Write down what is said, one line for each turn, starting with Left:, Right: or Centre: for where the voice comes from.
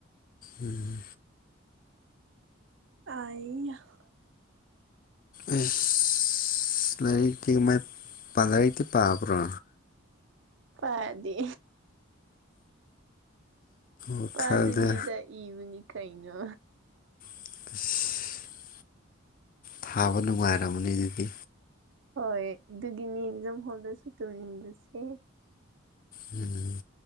Left: ꯎꯝ
Right: ꯑ
Left: ꯑꯁ ꯂꯥꯏꯔꯤꯛꯇꯤ ꯃꯥꯏ ꯂꯥꯏꯔꯤꯛꯇꯤ ꯄꯥꯕ꯭ꯔꯣ
Right: ꯄꯗꯦ
Left: ꯋꯥꯈꯜꯗ
Right: ꯄꯥꯗꯕꯤꯗ ꯏꯕꯅꯤ ꯀꯩꯅꯣ
Left: ꯑꯦꯁꯥ ꯊꯥꯕ ꯅꯨꯡꯉꯥꯏꯔꯝꯔꯕꯅꯤ ꯑꯗꯨꯗꯤ
Right: ꯍꯣꯏ ꯑꯗꯨꯒꯤꯅꯤ ꯑꯦꯛꯖꯥꯝ ꯍꯣꯜꯗꯁꯨ ꯇꯧꯅꯤꯡꯕꯁꯦ
Left: ꯎꯝ